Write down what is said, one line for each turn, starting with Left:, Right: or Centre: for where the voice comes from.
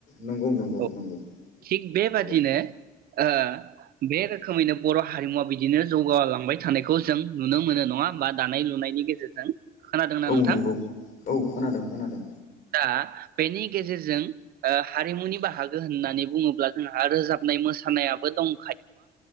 Left: नंगौ नंगौ
Right: औ
Left: नंगौ
Right: थिग बेबादिनो
Left: नंगौ
Right: ओ बे रो खोमैनो बर' हारिमुवा बिदिनो जौगालांबाय थानायखौ जों नुनो मोनो नङा होनबा दानाय लुनायनि गेजेरजों खोनादोंना
Left: औ
Right: नोंथां
Left: नंगौ औ खोनादों खोनादों
Right: दा बेनि गेजेरजों ओ हारिमुनि बाहागो होननानै बुङोब्ला जोंहा रोजाबनाय मोसानायाबो दं